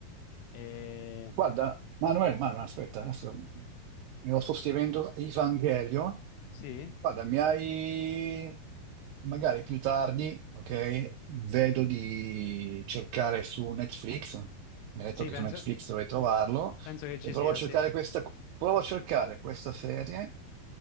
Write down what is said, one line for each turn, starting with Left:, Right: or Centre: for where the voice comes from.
Left: E...
Right: Guarda, Manuel, Manuel, aspetta, adesso mi lo sto scrivendo, Evangelion.
Left: Sì.
Right: Guarda, mi hai magari più tardi, ok? Vedo di cercare su Netflix. Mi hai detto
Left: Sì,
Right: che
Left: penso,
Right: su Netflix dovrei trovarlo.
Left: penso che ci
Right: E provo
Left: sia,
Right: a cercare
Left: sì.
Right: questa, provo a cercare questa serie.